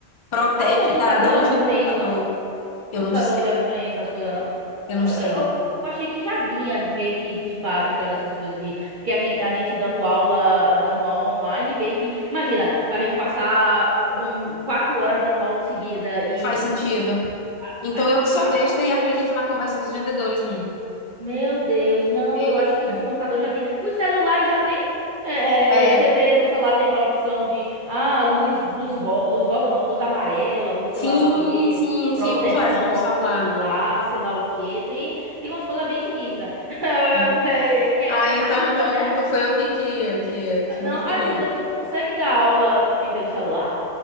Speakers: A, on the left (about 50°); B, on the right (about 55°).
A: protege
B: Mas o computador
A: da, da luz
B: já
A: do
B: não
A: computador.
B: tem isso, não?
A: Eu
B: O computador
A: não sei,
B: já não tem essas coisas, não?
A: eu não
B: Eu,
A: sei.
B: eu- eu achei que já vinha de- meio que de fábrica dessas coisas de, porque a gente, a gente dando aula, dando aula online, meio que, imagina, a gente passar, vamos, quatro horas dando aula seguida e
A: Faz sentido.
B: <laughs>
A: Então
B: acho
A: eu
B: que
A: que sou
B: a-
A: besta e acredito na conversa dos vendedores, minha.
B: Meu Deus, não,
A: Eita.
B: eu acho que os computadores já têm. Os celulares já têm? É,
A: É,
B: é, é, você vê no celular tem aquela opção de, ah, luz, luz, ro- luz rosa não, luz amarela, luz
A: sim,
B: sei lá o quê,
A: sim,
B: proteção
A: sim, eu uso essa no meu
B: ocular,
A: celular.
B: sei lá o quê. Tem, tem umas coisas bem sinistras. <laughs>
A: Sim.
B: É, Que é-
A: Ah, então,
B: ajuda,
A: então,
B: né?
A: então foi eu que, que, que, que
B: Não,
A: me ferrei.
B: ajuda. Tu consegue dar aula também pelo celular?